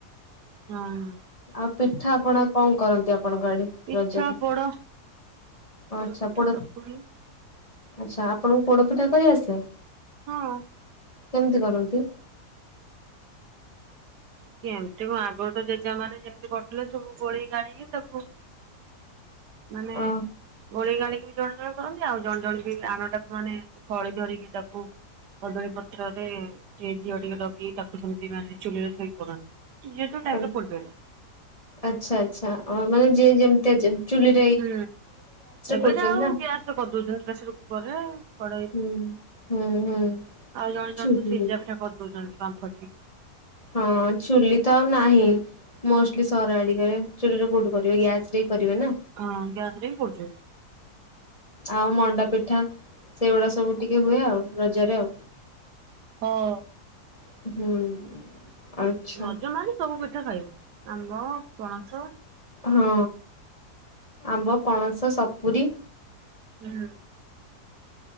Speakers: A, on the right; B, on the left.
A: ହଁ
B: ଆପ ପିଠା ଆପଣ କଣ କରନ୍ତି? ଆପଣଙ୍କ ଆଡେ
A: ପିଠା
B: ରଜରେ?
A: ପୋଡ ପୋଡ
B: ଆଚ୍ଛା
A: ପିଠା
B: ପୋଡ
A: ତା ପରେ
B: ଆଚ୍ଛା। ଆପଣଙ୍କୁ ପୋଡପିଠା କରି ଆସେ?
A: ହଁ।
B: କେମିତି କରନ୍ତି?
A: ଏମତି କଣ ଆଗରୁ ତ ଜେଜେ ମାନେ ଯେମିତି କରିଥିଲେ ସବୁ ଗୋଳେଇ ଗାଳିକି ତାକୁ ମାନେ
B: ଅ
A: ଗୋଳେଇ ଗାଳେଇକି ବି ଜଣେ ଜଣେ କରନ୍ତି ଆଉ ଜଣେ ଜଣେ ବି ଆଣ ଟାକୁ ମାନେ ଖଳି ଧରିକି ତାକୁ କଦଳୀ ପତ୍ରରେ ଘିଅ ଟିକେ ଲଗେଇ ତାକୁ ସେମିତି ମାନେ ଚୁଲିରେ ଥୋଇ କରନ୍ତି <inaudible> ଟାଇପ୍
B: ଆ
A: ର କରିପାରିଲା
B: ଆଚ୍ଛା ଆଚ୍ଛା ମାନେ ଯିଏ ଯେମିତି ଚୁଲି ରେ
A: ହୁଁ ଏବେ
B: କରୁଛନ୍ତି
A: ତ ଆଉ
B: ନା।
A: ଗ୍ୟାସରେ କରିଦଉଛନ୍ତି ପେସର କୁକର ଆଉ
B: ହୁଁ ହୁଁ ହୁଁ
A: ଜଣେ
B: ଚୁଲିରେ
A: ଜଣେ ତ ସିଝା ପିଠା କରିଦଉଛନ୍ତି। ପଢିବ <inaudible>
B: ହଁ ଚୁଲି ତ ଆଉ ନାହିଁ ମୋଷ୍ଟଲି ସହର ଆଡିକରେ ଚୁଲି କୋଉଠୁ କରିବେ ଗ୍ୟାସ ରେ। କରିବେ ନା।
A: ହଁ ଗ୍ୟାସ ରେ ହିଁ ପୋଡୁଛନ୍ତି।
B: ଆଉ ମଣ୍ଡା ପିଠା ସେଇଗୁଡା ସବୁ ଟିକେ ହୁଏ, ଆଉ ରଜରେ।
A: ହଁ।
B: ହୁଁ। ଆଚ୍ଛା
A: ରଜ ମାନେ ସବୁ ପିଠା ଖାଇବୁ। ଆମ୍ବ, ପଣସ।
B: ହଁ ଆମ୍ବ, ପଣସ, ସପୁରୀ।
A: ହୁଁ।